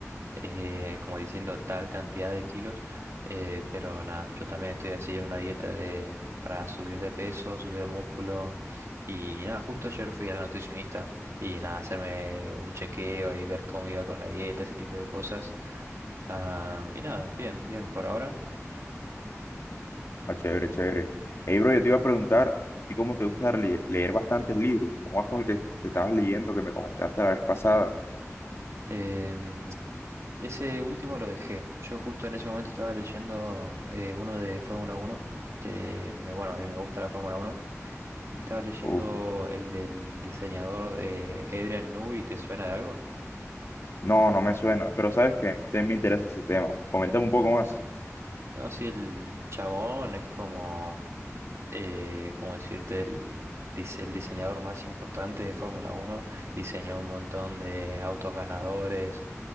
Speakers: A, on the right; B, on the left.
A: eh, como diciendo tal cantidad de kilos, eh, pero nada, yo también estoy así en una dieta de, para subir de peso, subir de músculo, y nada, justo ayer fui a la nutricionista y nada, hacerme un chequeo y ver cómo iba con la dieta, ese tipo de cosas. Ah, y nada, bien, bien por ahora.
B: Ah, chévere, chévere. Hey, bro, yo te iba a preguntar, ¿tú cómo te gusta le- leer bastantes libros? ¿Cómo vas con el que te estabas leyendo que me comentaste la vez pasada?
A: Em, Ese último lo dejé. Yo justo en ese momento estaba leyendo eh, uno de Fórmula Uno que me, bueno, a mí me gusta la Fórmula Uno. Me estaba leyendo
B: Uf,
A: el del diseñador de Adrian Newey, ¿te suena de algo?
B: no, no me suena, pero sabes que a mí también me interesa ese tema. Coméntame un poco más.
A: No, sí, el chabón es como eh, ¿cómo decirte? El, dise- el diseñador más importante de Fórmula Uno diseñó un montón de autos ganadores